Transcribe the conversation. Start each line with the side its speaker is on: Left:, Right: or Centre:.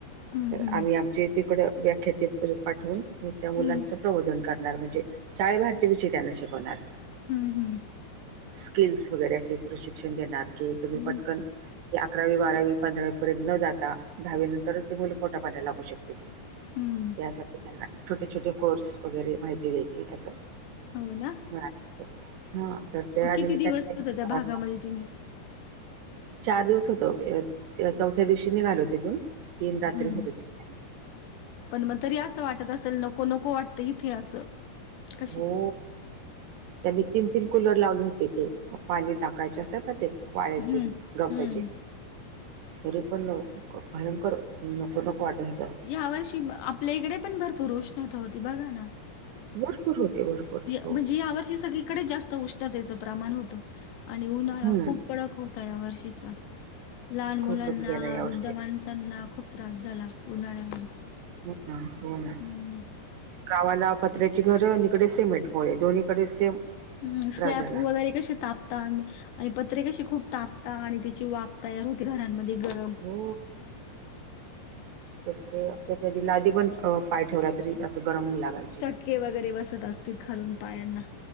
Left: हं
Right: तर
Left: हं.
Right: आम्ही आमच्या तिकडं व्याख्याते पाठवून त्या मुलांच
Left: हं
Right: प्रबोधन करणार म्हणजे शाळेबाहेरचे विषय त्यांना शिकवणार.
Left: हम्म हम्म.
Right: स्किल्स वगैरे असे प्रशिक्षण देणार तुम्ही
Left: हं.
Right: पटकन ते अकरावी बारावी पंधरावी पर्यंत न जाता दहावी नंतरच ते मुले पोटापाण्याला लागू शकतील
Left: हं.
Right: यासाठी त्यांना छोटे छोटे कोर्स वगैरे माहिती द्यायची असं.
Left: हो ना
Right: मिळालं हा तर ते
Left: मग
Right: आले
Left: किती
Right: मी
Left: दिवस
Right: त्यांना
Left: होता त्या भागामध्ये तुम्ही?
Right: चार दिवस होतो चौथ्या दिवशी निघालो तिथून तीन रात्री
Left: हं.
Right: होतो तिकडे
Left: पण मग तरी असं वाटतं असेल नको नको वाटतं इथे असं कशी
Right: हो त्यांनी तीन तीन कुलर लावले होते ते पाणी टाकायचे असतात ना ते वाळ्याचे
Left: हं.
Right: गपचे
Left: हं.
Right: तरी पण भयंकर नको नको वाटायचे
Left: या वर्षी आपल्या इकडे पण भरपूर उष्णता होती बघा ना
Right: <unintelligible> हो
Left: म्हणजे यावर्षी सगळीकडे जास्त उष्णतेचं प्रमाण होतं. आणि उन्हाळा
Right: हम्म
Left: खूप कडक होता या वर्षीचा लहान
Right: खूपच
Left: मुलांना
Right: गेला यावर्षी
Left: वृद्ध माणसांना खूप त्रास झाला उन्हाळ्यामध्ये
Right: हो का हो ना
Left: हम्म
Right: गावाला पत्र्याची घरं आणि इकडे सिमेंटमुळे दोन्हीकडे सेम
Left: ह स्लॅब
Right: त्रास झाला
Left: वगैरे कसे तापता आणि पत्रे कशी खूप तापता आणि त्याची वाफ तयार होते घरांमध्ये गरम
Right: हो अक्षरशः लाधी पण पाय ठेवला तरी असं त गरमही लागयचे
Left: के वगैरे बसत असतील खालून पायांना